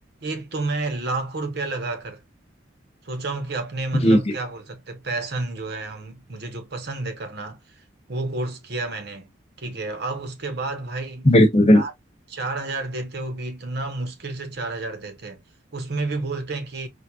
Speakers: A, on the right; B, on the left.
A: एक तो मैं लाखों रुपया लगा कर सोचा हूँ कि अपने मतलब
B: जी जी
A: क्या बोल सकते हैं पैशन जो है हम मुझे जो पसंद है करना वो कोर्स किया मैंने ठीक है अब उसके बाद भाई
B: बिल्कुल बिल्कुल
A: चार चार हजार देते हुए भी इतना मुश्किल से चार हजार देते हैं उसमें भी बोलते हैं कि